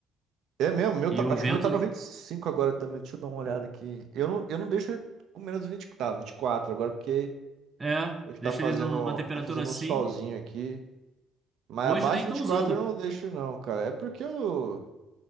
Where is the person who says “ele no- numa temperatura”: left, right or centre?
Right